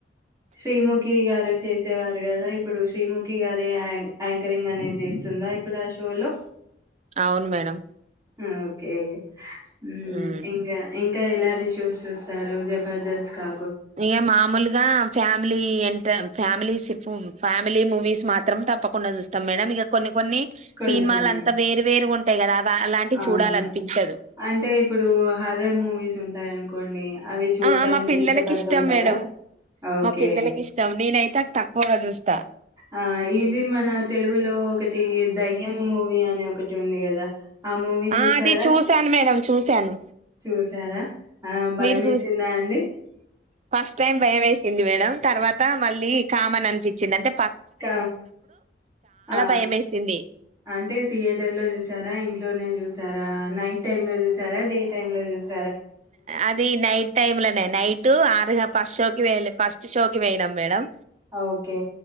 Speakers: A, on the right; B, on the right.
A: శ్రీముఖి గారు చేసేవారు గదా ఇ ఇప్పుడు శ్రీముఖి గారే యా యాంకరింగ్ అనేది చేస్తుంద ఇప్పుడు ఆ షో లో
B: ఔను మేడం
A: మ్మ్ ఒకే ము
B: మ్మ్
A: ఇంగ ఇం ఇంక ఎలాంటి షోస్ చూస్తారు జబర్దస్త్ కా
B: ఇగ మామూలుగా ఫ్యామ్లి ఎంట ఫ్యామిలీస్ ఫ్ ఫ్యామిలీ మూవీస్ మాత్రం తప్పకుండా చూస్తాం మేడం ఇగ కొన్ని కొన్ని
A: కొన్ని
B: సినిమాలు
A: కొన్ని
B: అంతా వేరు వేరు ఉంటాయి కదా అ అలాంటివి
A: అవును
B: చూడాలనిపించదు
A: అంటే ఇప్పుడు హర్రర్ మూవీస్ ఉంటాయనుకోండి అవి చూడ్డానికి
B: ఆ మా పిల్లలకి
A: ఇష్టపడుతుంటారా
B: ఇష్టం మేడం
A: ఒకే
B: మా పిల్లలకి ఇష్టం నేనైతే తక్కువగా చూస్తా
A: ఆ ఇది మన తెలుగులో ఒకటి దయ్యం మూవీ అనే ఒకటి ఉంది కదా ఆ మూవీ చూసారా
B: ఆ అది చూసాను మేడం చూసాను
A: చూసారా ఆ భయం
B: మీరు చూ
A: వేసిందా అండి
B: ఫస్ట్ టైమ్ భయమేస్ ఏంది మేడం తర్వాత మళ్ళీ కామన్ అం ఇచ్చింది అంట
A: క ఆ
B: భయం వేసింది
A: అంటే థియేటర్ లో చూసారా ఇంట్లోనే చూస చూసారా నైట్ టైమ్ లో చూసారా డే టైమ్ లో చూసా
B: అది నైట్ టైమ్ లోనే నైట్ ఆరు ఫస్ట్ షోకి వెళ్లి ఫస్ షో కి పోయినం మేడం
A: ఓకే